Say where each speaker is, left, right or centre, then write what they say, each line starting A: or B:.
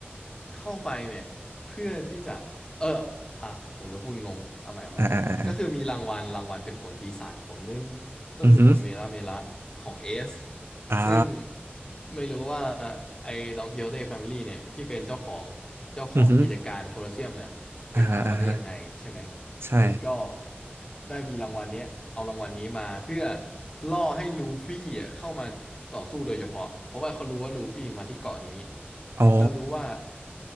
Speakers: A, on the left (about 20°); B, on the right (about 70°).
A: เข้าไปเนี่ยเพื่อที่จะเอออ่ะผมจะพูดงงเอาใหม่เอาใหม่ก็คือมีรางวัลรางวัลเป็นผลปีศาจผลหนึ่ง
B: ่าอ่าอ่าอา
A: ก็คือผลเมละเมละของเอส
B: อือฮึอ่า
A: ซึ่งไม่รู้ว่าไอ้ดองกิโฮเต้แฟมิลี่เนี่ยที่เป็นเจ้าของเจ้าของกิจการโคลอสเซียมเนี่ยไปหามาได้ยังไงใช่ไหม
B: อือฮึอ่าฮะอ่าฮะใช่
A: แล้วก็ได้มีรางวัลเนี้ยเอารางวัลนี้มาเพื่อล่อให้ลูฟี่อ่ะเข้ามาต่อสู้โดยเฉพาะเพราะว่าเขารู้ว่าลูฟี่มาที่เกาะนี้
B: อ๋อ
A: แล้วรู้ว่า